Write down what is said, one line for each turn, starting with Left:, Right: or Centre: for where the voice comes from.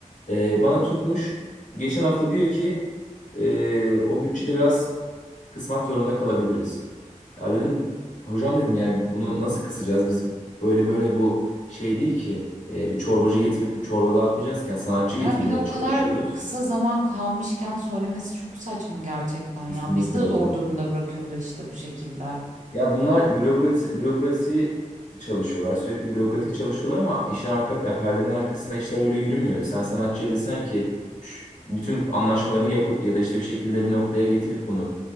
Left: Ee, bana tutmuş. Geçen hafta diyor ki e, o bütçede biraz kısmak zorunda kalabiliriz. Ya dedim hocam dedim yani bunu nasıl kısacağız? Biz böyle böyle bu şey değil ki e, bir çorbacı getirip çorba dağıtmayacağızken sanatçı
Right: Yani
Left: getirmeye
Right: bir de o
Left: çalışıyoruz.
Right: kadar kısa zaman kalmışken söylemesi çok saçma gerçekten
Left: Kesinlikle
Right: ya. Biz de zor
Left: öyle.
Right: durumda bırakıyorlar işte bu şekilde.
Left: Ya bunlar bürokrasi bürokrasi çalışıyorlar. Sürekli bürokratik çalışıyorlar ama işin arka yani perdenin arkasında işler öyle yürümüyor. Sen sanatçıya desen ki şu- bütün anlaşmaları yapıp ya da işte bir şekilde bir noktaya getirip bunu